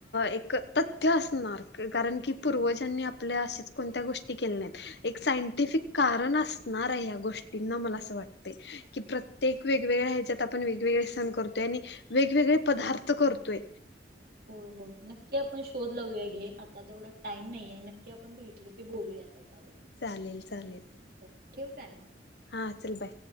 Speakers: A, on the left; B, on the right.
A: एक तथ्य असणार कारण की पूर्वजांनी आपल्या अशेच कोणत्या, गोष्टी केल्या नाइट एक सायंटिफिक कारण असणार आहे या गोष्टींना मला असं वाटतंय. प्रत्येक वेगवेगळ्या ह्याच्यात आपण वेगवेगळे सण करतोय आणि वेगवेगळे पदार्थ करतोय.
B: हो हो नक्की! आपण शोध लावूया घे आता तेवढा टाइम नाहीये नक्की आपण भेटलो, म बोलूया त्याच्यावर
A: चालेल चालेल
B: तर ठेव काय मग?
A: हा चल बाय.